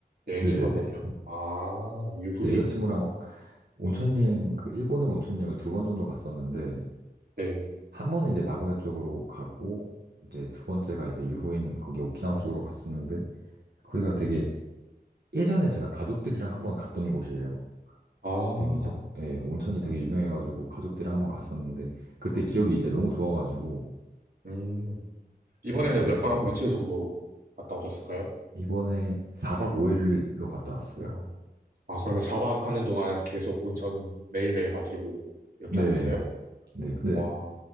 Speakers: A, on the right; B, on the right.
A: 여행지인가
B: 네, 네. 네, 네,
A: 보네요.
B: 네.
A: 아, 유후인.
B: 네, 여자친구랑
A: 어,
B: 온천 여행 그 일본으로 온천 여행을 두 번 정도 갔었는데
A: 네.
B: 한 번은 이제 나고야 쪽으로 갔고 이제 두 번째가 이제 유후인 거기 오키나와
A: 어,
B: 쪽으로 갔었는데 거기가 되게 예전에 제가 가족들이랑 한번 갔던 곳이에요.
A: 아,
B: 되게 이제 예, 온천이 되게 유명해가지고 가족들이랑 한번 갔었는데 그때 기억이 이제 너무 좋아가지고
A: 음, 이번에는
B: 네, 여자친구랑
A: 몇 박, 며칠 정도로 갔다 오셨을까요?
B: 이번에 4박 5일로 갔다 왔어요.
A: 오. 아, 그러면 4박 하는 동안 계속 온천 매일매일 가시고 이렇게
B: 네.
A: 하셨어요?
B: 네, 근데
A: 와,